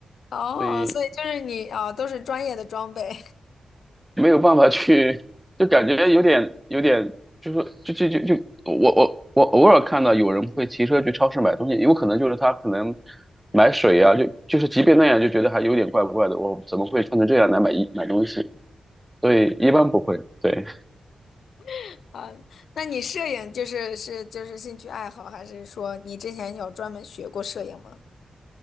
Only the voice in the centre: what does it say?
所以。
没有办法去，就感觉有点有点，就是就就就就我我我偶尔看到有人会骑车去超市买东西，有可能就是他可能买水啊，就就是即便那样就觉得还有点怪怪的，我怎么会穿成这样来买衣买东西？所以一般不会，对。